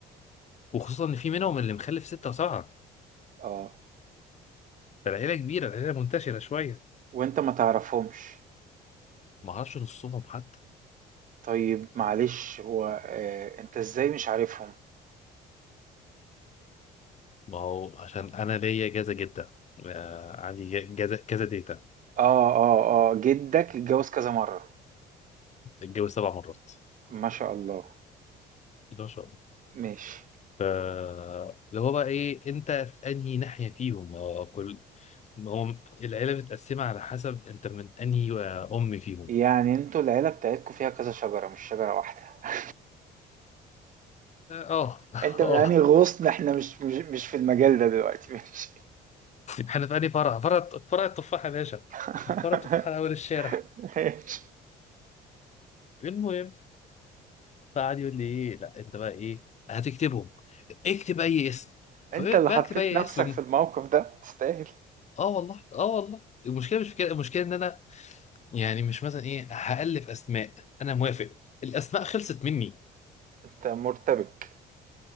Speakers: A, on the left; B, on the right.
A: وخصوصا ان في منهم اللي مخلف سته وسبعه
B: اه
A: فالعيله كبيره العيله منتشره شويه
B: وانت ما تعرفهمش
A: ما اعرفش نصهم حتى
B: طيب معلش هو آه انت ازاي مش عارفهم
A: ما هو عشان انا ليا جازة جدا آه عندي ج- جازة كذا ديتا
B: اه اه اه جدك اتجوز كذا مره
A: اتجوز سبع مرات
B: ما شاء الله
A: ده ما شاء الله
B: ماشي
A: ف اللي هو بقى ايه انت في انهي ناحية فيهم هو كل ما هو العيلة متقسمة على حسب انت من انهي آه، ام فيهم
B: يعني انتوا العيلة بتاعتكوا فيها كذا شجرة مش شجرة واحدة <laughs>
A: اه
B: انت
A: اه
B: من
A: <laughs> آه.
B: انهي غصن احنا مش مش مش في المجال ده دلوقتي ماشي
A: احنا في انهي فرع فرع فرع التفاحة يا باشا
B: <laughs>
A: فرع التفاحة على اول الشارع
B: ماشي
A: المهم فقعد يقول لي ايه لا انت بقى ايه هتكتبهم اكتب اي اسم فبكتب
B: انت اللي حطيت
A: اي
B: نفسك
A: اسم
B: في الموقف ده تستاهل
A: اه والله اه والله المشكله مش في كده المشكله ان انا يعني مش مثلا ايه هالف اسماء انا موافق الاسماء خلصت مني
B: انت مرتبك